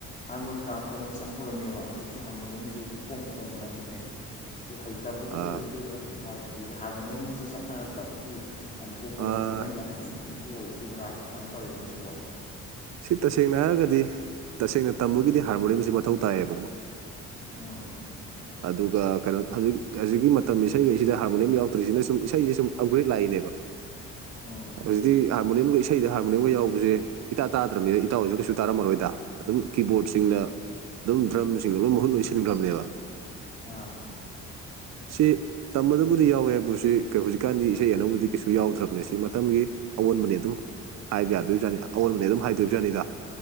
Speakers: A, on the left; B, on the right.
A: ꯍꯥꯔꯃꯣꯅꯤꯀꯥ ꯈꯣꯡꯕꯁꯦ ꯌꯥꯝ ꯎꯔꯝꯃꯦꯕ ꯍꯧꯖꯤꯛꯇꯤ ꯍꯥꯔꯃꯣꯅꯤꯌꯝꯁꯦ ꯏꯈꯣꯡ ꯈꯣꯡꯅꯒꯤꯗ꯭ꯔꯦ ꯁꯤ ꯍꯩꯇꯕꯒꯤ
B: ꯑꯥ
A: ꯑꯣꯏꯗꯣꯔꯤꯕ꯭ꯔꯥ ꯍꯥꯏꯕꯗꯤ ꯍꯥꯔꯃꯣꯅꯤꯌꯝꯁꯤ ꯆꯠꯅꯔꯛꯇꯕꯒꯤ ꯑꯇꯣꯞꯄ
B: ꯑꯥ
A: ꯏꯟꯁꯇ꯭ꯨꯔ ꯇ꯭ꯔꯨꯃꯦꯟꯅꯒꯤ ꯑꯣꯏꯗꯨꯔꯤꯕ꯭ꯔꯥ ꯀꯃꯥꯏꯅ ꯇꯧꯔꯤꯕꯅꯣ ꯁꯤꯕꯣ
B: ꯁꯤ ꯇꯁꯦꯡꯅ ꯍꯥꯏꯔꯒꯗꯤ ꯇꯁꯦꯡꯅ ꯇꯝꯕꯒꯤꯗꯤ ꯍꯥꯔꯃꯣꯅꯤꯌꯝꯁꯤ ꯃꯊꯧ ꯇꯥꯏꯌꯦꯕꯀꯣ
A: ꯎꯝ
B: ꯑꯗꯨꯒ ꯀꯩꯅꯣ ꯍꯧꯖꯤꯛꯀꯤ ꯃꯠ ꯃꯇꯝ ꯏꯁꯩꯩ ꯒꯩꯁꯤꯗ ꯍꯔꯃꯣꯅꯤꯌꯝ ꯌꯥꯎꯗ꯭ꯔꯤꯁꯤꯅ ꯁꯨꯝ ꯏꯁꯩꯁꯦ ꯁꯨꯝ ꯑꯞꯒ꯭ꯔꯦꯗ ꯂꯥꯛꯏꯅꯦꯕ
A: ꯎꯝ
B: ꯍꯧꯖꯤꯛꯇꯤ ꯍꯥꯔꯃꯣꯅꯤꯌꯝꯒ ꯏꯁꯩꯗ ꯍꯥꯔꯃꯣꯅꯤꯌꯝꯒ ꯌꯥꯎꯕꯁꯦ ꯏꯇꯥ ꯇꯥꯗ꯭ꯔꯕꯅꯤꯅ ꯏꯇꯥꯎꯁꯨ ꯀꯩꯁꯨ ꯇꯥꯔꯝꯃꯔꯣꯏꯗ ꯑꯗꯨꯝ ꯀꯤꯕꯣꯔꯗꯁꯤꯡꯅ ꯑꯗꯨꯝ ꯗ꯭ꯔꯝꯁꯤꯡꯒ ꯂꯣꯏ ꯃꯍꯨꯠ ꯂꯣꯏꯁꯤꯟꯈ꯭ꯔꯕꯅꯦꯕ
A: ꯑꯥ
B: ꯁꯤ ꯇꯝꯕꯗꯕꯨꯗꯤ ꯌꯥꯎꯑꯦ ꯍꯥꯏꯕꯨ ꯁꯤ ꯀ ꯍꯧꯖꯤꯛꯀꯥꯟꯗꯤ ꯏꯁꯩ ꯑꯅꯧꯕꯗꯤ ꯀꯩꯁꯨ ꯌꯥꯎꯗ꯭ꯔꯕꯅꯤ ꯁꯤ ꯃꯇꯝꯒꯤ ꯑꯑꯣꯟꯕꯅꯤ ꯑꯗꯨꯝ ꯍꯥꯏꯕ ꯌꯥꯗꯣꯏꯖꯥꯠꯅꯤ ꯑꯋꯣꯟꯕꯅꯤ ꯑꯗꯨꯝ ꯍꯥꯏꯗꯣꯏꯔꯤꯕꯖꯥꯠꯅꯤꯗ